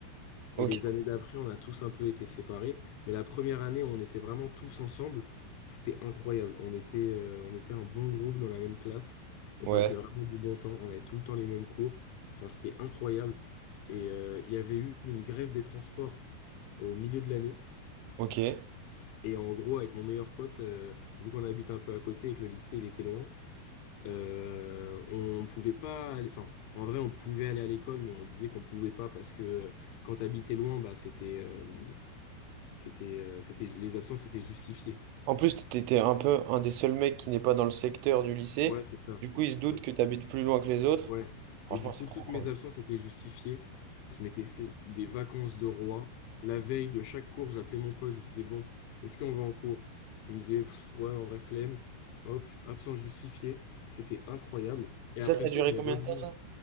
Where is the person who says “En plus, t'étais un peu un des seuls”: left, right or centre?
Right